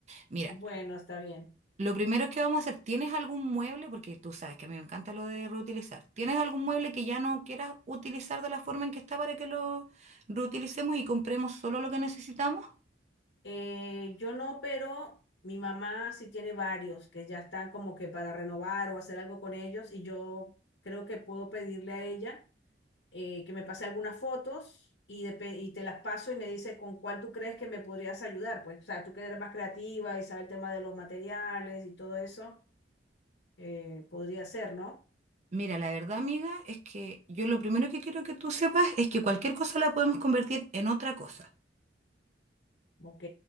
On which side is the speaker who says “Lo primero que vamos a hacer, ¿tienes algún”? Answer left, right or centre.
Right